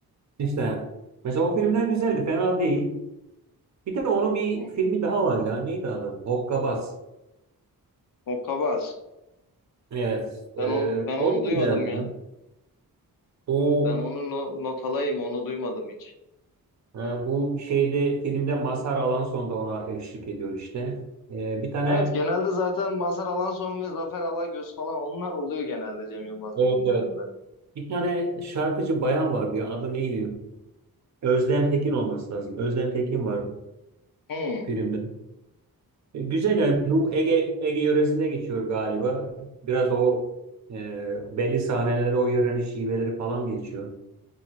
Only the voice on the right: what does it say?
İşte mesela o filmler güzeldi, fena değil. Bir de onun bir
filmi daha var ya. Neydi adı? Hokkabaz.
Evet.
E,
o da
güzeldi
ya. Bu
e, bu şeyde filmde Mazhar Alanson da ona eşlik ediyor işte. E, bir tane
evet
evet. Bir tane şarkıcı bayan vardı ya. Adı neydi? Özlem Tekin olması lazım. Özlem Tekin var
filmde. E, güzel yani bu Ege Ege yöresinde geçiyor galiba. Biraz o e, belli sahneleri o yörenin şiveleri falan geçiyor.